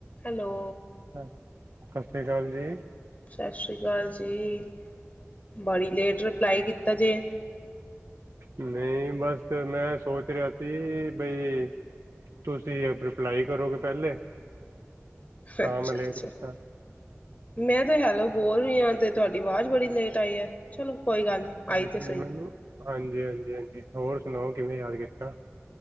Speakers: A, on the left; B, on the right.
A: ਹੈਲੋ
B: ਸਤਿ <inaudible> ਅਕਾਲ ਜੀ
A: ਸਤਿ ਸ੍ਰੀ ਅਕਾਲ ਜੀ ਬੜੀ ਲੇਟ ਰਿਪਲਾਈ ਕੀਤਾ ਜੇ
B: ਨਹੀਂ ਬਸ ਮੈਂ ਸੋਚ ਰਿਹਾ ਸੀ ਬਈ ਤੁਸੀਂ ਰਿਪਲਾਈ ਕਰੋਗੇ ਪਹਿਲੇ ਤਾਂ
A: ਅੱਛਾ
B: ਮੈਂ ਲੇਟ
A: ਅੱਛਾ
B: ਕੀਤਾ
A: ਮੈਂ ਤੇ ਹੈਲੋ ਬੋਲ ਰਹੀ ਹਾਂ ਤੇ ਤੁਹਾਡੀ ਆਵਾਜ਼ ਬੜੀ ਲੇਟ ਆਈ ਹੈ ਚਲੋ ਕੋਈ ਗੱਲ ਨਹੀਂ
B: ਹਾਂਜੀ
A: ਆਈ ਤਾਂ ਸਹੀ
B: ਮੈਨੂੰ ਹਾਂਜੀ ਹਾਂਜੀ ਹਾਂਜੀ ਹੋਰ ਸੁਣਾਓ ਕਿਵੇਂ ਯਾਦ ਕੀਤਾ